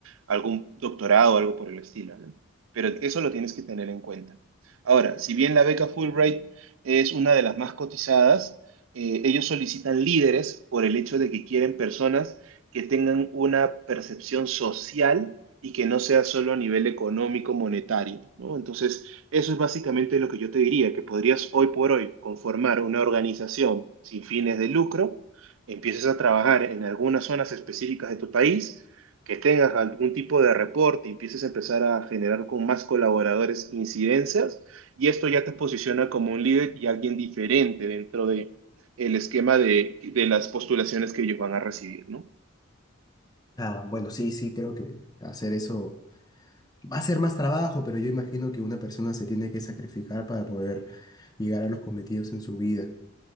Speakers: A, on the right; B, on the left.
A: algún doctorado o algo por el estilo, ¿no? Pero eso lo tienes que tener en cuenta. Ahora, si bien la beca Fulbright es una de las más cotizadas, eh, ellos solicitan líderes por el hecho de que quieren personas que tengan una percepción social y que no sea solo a nivel económico, monetario, ¿no? Entonces, eso es básicamente lo que yo te diría, que podrías hoy por hoy conformar una organización sin fines de lucro, empieces a trabajar en algunas zonas específicas de tu país, que tengas algún tipo de reporte, empieces a empezar a generar con más colaboradores incidencias, y esto ya te posiciona como un líder y alguien diferente dentro de el esquema de, de las postulaciones que ellos van a recibir, ¿no?
B: Ah, bueno, sí, sí, creo que hacer eso va a ser más trabajo, pero yo imagino que una persona se tiene que sacrificar para poder llegar a los cometidos en su vida.